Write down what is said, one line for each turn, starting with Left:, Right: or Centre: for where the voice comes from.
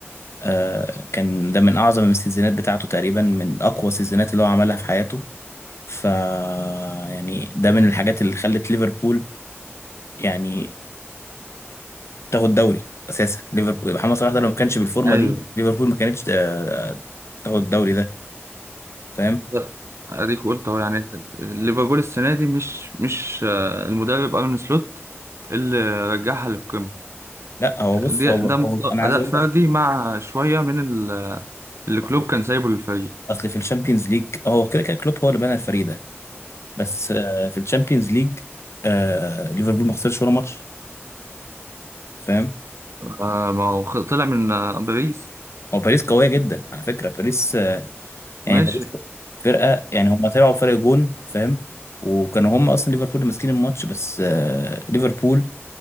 Left: آه كان ده من أعظم السيزونات بتاعته تقريبا من أقوى السيزونات اللي هو عملها في حياته ف يعني ده من الحاجات اللي خلت ليفربول يعني تاخد دوري اساسا ليفربول محمد صلاح ده لو ما كانش بالفورمه
Right: ايوه
Left: دي ليفربول ما كانتش آه، تاخد الدوري ده فاهم
Right: ده- اديك قلت اهو يعني ليفربول السنة دي مش مش آه، المدرب ارن سلوت اللي رجعها للقمة
Left: لا هو بص
Right: دي
Left: هو, هو
Right: ده مستوى-
Left: انا عايز
Right: أداء
Left: اقول
Right: فردي
Left: لك
Right: مع شوية من ال- اللي كلوب
Left: اصل
Right: كان سايبه للفريق
Left: أصل في الشامبيونز ليج هو كده كده كلوب هو اللي بنى الفريق ده بس آه، في الشامبيونز ليج آه، ليفربول ما خسرش ولا ماتش فاهم
Right: آه ما هو خ- طلع من آه، باريس
Left: هو باريس قويه جدا على فكره باريس
Right: ماشي
Left: يعني باريس فرقه يعني هم طلعوا بفرق جون فاهم وكانوا هم اصلا ليفربول اللي ماسكين الماتش بس آه، ليفربول